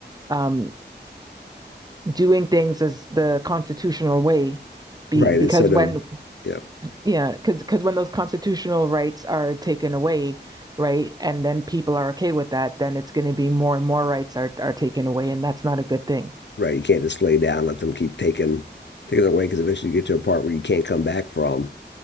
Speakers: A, on the right; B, on the left.
A: um doing things as the constitutional way be,
B: Right,
A: because
B: instead
A: when
B: of, yeah,
A: yeah because because when those constitutional rights are taken away right and then people are okay with that then it's going to be more and more rights are are taken away and that's not a good thing
B: right. You can't just lay down, let them keep taking taking it away because eventually you get to a part where you can't come back from